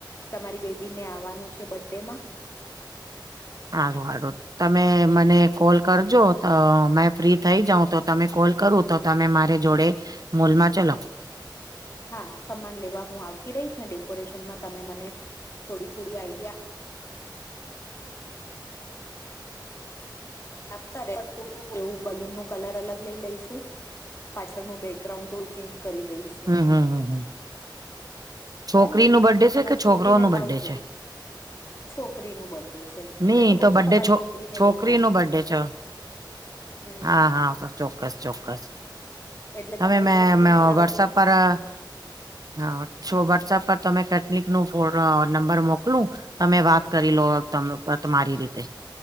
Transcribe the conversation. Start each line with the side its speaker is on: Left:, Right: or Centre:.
Left: તમારી બેબી ને આવાનું છે બડે માં
Right: હારુ હારુ તમે મને કોલ કરજો તો મેં ફ્રી થઈ જાઉં તો તમે કોલ કરું તો તમે મારે જોડે મોલમાં ચાલો.
Left: હા સમાન લેવા હું આવતી રહીશ ને ડેકોરેશનમાં તમે મને થોડી થોડી આઈડિયા આપતા થોડું થડું એવું બલૂન નું કલર અલગ લઈ લઈશું પાછળનું બેકગ્રાઉન્ડ થોડું ચેન્જ કરી દઈ.
Right: હમ્મ હમ્મ હમ્મ હમ્મ. છોકરી
Left: બરાબર ને
Right: બરડે
Left: અને
Right: છે
Left: તમારી
Right: કે છોકરો
Left: છોકરીને
Right: ન બરડે
Left: લાવજો
Right: છે.
Left: છોકરીનું બર્થડે છે
Right: ની
Left: એટલે કઉ
Right: તો
Left: છું
Right: બરડે
Left: તમારી
Right: છો
Left: છોકરીને
Right: છોકરી
Left: લેતા આવજો
Right: નો બરડે છે.
Left: હમ
Right: હા હા ચોક્કસ ચોક્કસ
Left: એટલે
Right: હમે
Left: તમારી છોકરીને
Right: મે
Left: લાવજો
Right: વોટસઅપ. હા છો વોટ્સઅપ પર તમે કેટલિક નો નંબર મોકલું. તમે વાત કરી લો તમારી રીતે.